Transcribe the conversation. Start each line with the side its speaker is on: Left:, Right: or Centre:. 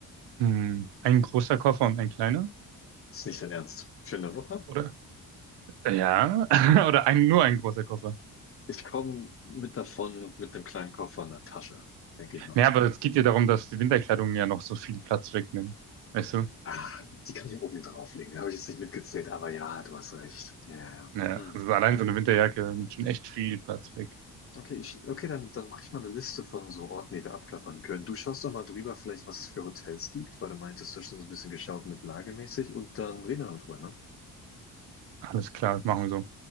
Right: Hm. Ein großer Koffer und ein kleiner,
Left: Ist nicht dein Ernst. Für eine Woche?
Right: oder? Ja, <laughs> oder ein, nur ein großer Koffer.
Left: Ich komme mit davon und mit einem kleinen Koffer und einer Tasche, denke ich mal.
Right: Ja, aber es geht ja darum, dass die Winterkleidung ja noch so viel Platz wegnimmt. Weißt du?
Left: Ah, die kann ich oben drauflegen. Habe ich jetzt nicht mitgezählt, aber ja, du hast recht. Ja, ja. ja.
Right: Ja,
Left: Hm.
Right: also allein so eine Winterjacke nimmt schon echt viel Platz weg.
Left: Okay, ich, okay, dann, dann mache ich mal eine Liste von so Orten, die wir abklappern können. Du schaust doch mal drüber, vielleicht, was es für Hotels gibt, weil du meintest, du hast schon so ein bisschen geschaut mit lagemäßig und dann reden wir noch drüber, ne?
Right: Alles klar, machen wir so.